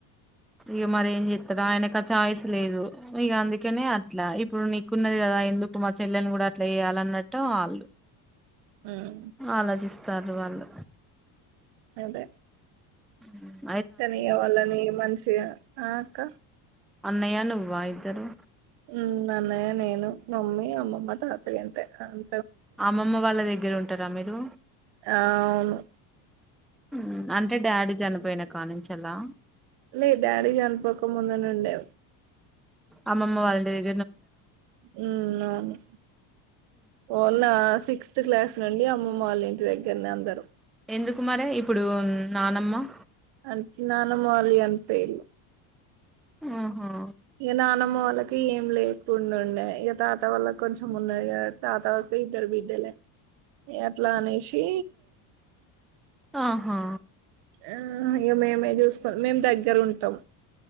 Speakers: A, in the centre; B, on the right (about 60°).
A: ఇక మరి ఏం చెత్తడు ఆయనకు ఆ చాయిస్ లేదు. ఇక అందుకనే అట్లా ఇప్పుడు నీకున్నది కదా. ఎందుకు మా చెల్లెని కూడా అట్ల చేయాలన్నట్టు. వాళ్ళు
B: ఉమ్,
A: ఆలోచిస్తారు వాళ్ళు
B: అదే
A: హ్మ్
B: తనీగా వాళ్ళని మనిషిగా ఆ అక్క
A: అన్నయ్యా నువ్వా ఇద్దరు
B: ఉం అన్నయ్య నేను మమ్మీ అమ్మమ్మ త ఇగ అంతే అన్
A: అమ్మమ్మ వాళ్ళ దగ్గర ఉంటర్ రా మీదు
B: అవును
A: ఉమ్ అంటే డాడీ చనిపోయినా కా నుంచి అలా
B: మే డాడీ కనపక ముందునుండే
A: అమ్మమ్మ వాల్లింటి దగ
B: ఉం అవును వోలా సిక్స్త్ క్లాస్ నుండి అమ్మ అమ్మ వాళ్ళ ఇంటి దగ్గరనే అందరు
A: ఎందుకు మారే ఇప్పుడు నానమ్మ
B: అకి నానమ్మ వాళ్ళు కనిపేలు
A: ఆహో
B: ఇక నానమ్మ వాళ్ళకి ఏం లేకుండా ఉండే ఇక తాత వాళ్ళకి కొంచెం ఉన్నాయిగ త తాత్ బిడ్డల్ బిడ్డలే అట్లా అనేసి
A: ఆహా
B: ఆ ఏమేమే చూసుకో మేము దగ్గర ఉంటాం